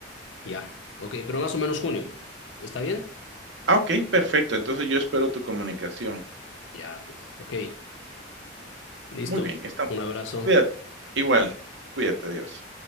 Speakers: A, on the left; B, on the right.
A: Ya. Ok, pero más o menos junio. ¿Está bien?
B: Ah, ok, perfecto. Entonces yo espero tu comunicación.
A: Ya, pues. Ok. Listo.
B: Muy bien, está.
A: Un abrazo.
B: Cuídate. Igual, cuídate, adiós.